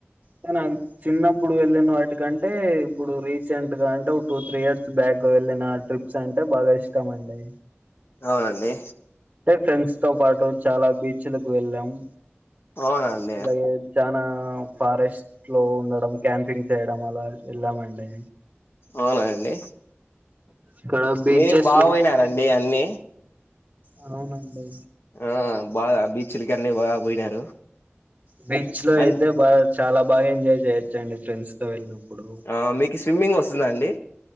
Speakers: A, on the right; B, on the left.
A: <unintelligible> చిన్నప్పుడు వెళ్ళిన వాటికంటే ఇప్పుడు రీసెంట్ గా అంటే ఒక టూ త్రీ ఇయర్స్ బ్యాక్ వెళ్ళినా ట్రిప్ సంటే బాగా ఇష్టం అండి
B: అవునండి
A: అంటే ఫ్రెండ్స్ తో పాటు చాలా బీచ్లకు వెళ్ళాము
B: అవునండి
A: అలాగే చానా ఫారెస్ట్ లో ఉండడం క్యాంపింగ్ చేయడం అలా ఎళ్ళాము అండి
B: అవునా అండి
A: ఇక్కడ బీచెస్
B: మీరు బాపోయినారండి
A: లో అయితే
B: అన్ని
A: అవునండి
B: ఆ బాగా బీచ్లకి అన్నిీ బాగా పోయినారు
A: బీచ్ లో
B: అన్
A: అయితే బాగా చాలా బాగా ఎంజాయ్ చేయోచ్చండి ఫ్రెండ్స్ తో వెళ్ళినప్పుడు
B: ఆ మీకు స్విమ్మింగ్ వస్తుందా అండి